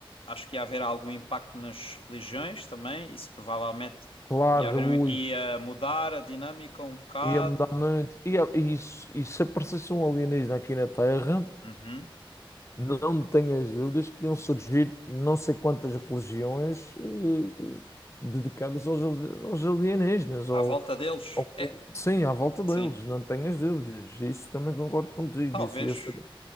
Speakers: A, on the left (about 80°); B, on the left (about 30°).
A: acho que ia haver algum impacto nas religiões também. Isso provavelmente
B: claro,
A: ia haver,
B: ui,
A: um- ia mudar a dinâmica um bocado.
B: ia mudar muito. E, eu- e, se- e se aparecesse um alienígena aqui na Terra?
A: Uhum.
B: Não tenhas dúvidas que iam surgir não sei quantas religiões eh, dedicadas aos, ali- aos alienígenas,
A: À
B: ou,
A: volta deles.
B: ou com-
A: É,
B: sim, à volta deles,
A: Sim,
B: não tenhas dúvidas. Isso também concordo contigo.
A: talvez.
B: Isso ia ser...